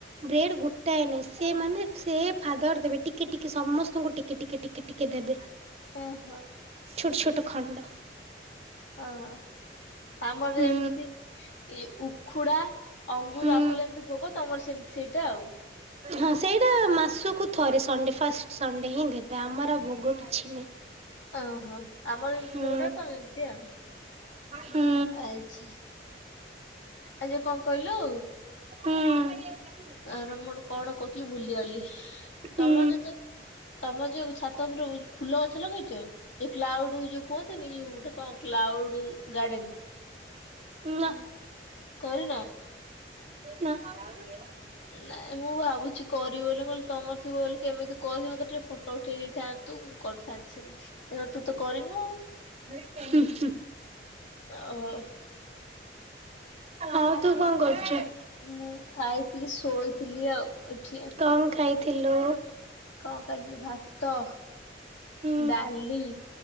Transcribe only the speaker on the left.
ଓହୋ
ଓହୋ ଆମର
ଯେମିତି ଏଇ ଉଖୁଡା ଅଙ୍ଗୁର
ଆପଲ ଯେମିତି ଭୋଗ ତମର ସେମିତି ସେଇଟା ଆଉ।
ଓହୋ। ଆମର ଏମିତି
ପୋକଟା ତମେ ଏମତି ଆଉ
ଆଚ୍ଛା। ଆଚ୍ଛା କଣ କହିଲୁ?
ଆ ର ମୁଁ କଣ ଗୋଟେ କହୁଥିଲି ଭୁଲିଗଲି।
ତମର ଯେହେତୁ ତମ ଯୋଉ ଛାତ ଉପରୁ ଫୁଲ ଗଛ ଲଗେଇଛ ଯୋଉ କ୍ଲାଉଡ ଯୋଉ କୁହନ୍ତିନି ଯୋଉ ଗୋଟେ କଣ କ୍ଲାଉଡ। ଗାର୍ଡେନ୍
କରି ନ?
ନାଇଁ ମୁଁ ଭାବୁଛି। କରିବ ବୋଲି ତମର ଥିବ ବୋଲି କେମିତିି ମତେ ଟିକେ ଫଟୋ ଉଠେଇ ଦେଇଥାନ୍ତୁ ମୁଁ କରିଥାନ୍ତି ସେମିତି। ସେ ତୁ ତ କରିନୁ ଆଉ।
ଆଉ
ମୁଁ ଖାଇଥିଲି ଶୋଇଥିଲି ଆଉ ଏଠି।
କଣ ଖାଇଥିଲୁ ଭାତ?
ଡାଲି